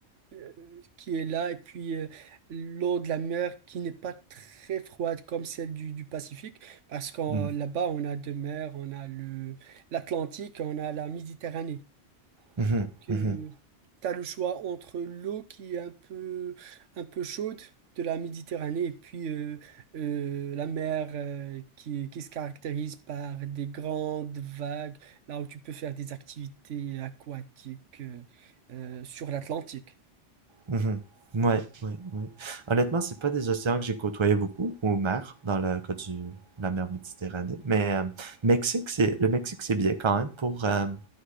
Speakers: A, on the right; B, on the right.
A: euh, qui est là et puis euh, l'eau de la mer qui n'est pas très froide comme celle du, du Pacifique, parce que
B: Mhm.
A: là-bas on a deux mers, on a le l'Atlantique, on a la Méditerranée.
B: Mhm,
A: Donc,
B: mhm.
A: euh, t'as le choix entre l'eau qui est un peu, un peu chaude de la Méditerranée et puis euh, euh, la mer euh, qui, qui se caractérise par des grandes vagues, là où tu peux faire des activités aquatiques euh, euh, sur l'Atlantique.
B: Mhm. Ouais, ouais, ouais. Honnêtement, c'est pas des océans que j'ai côtoyé beaucoup, au mer, dans le cas du, de la mer Méditerranée. Mais euh, Mexique, c'est, le Mexique, c'est bien quand même pour, euh,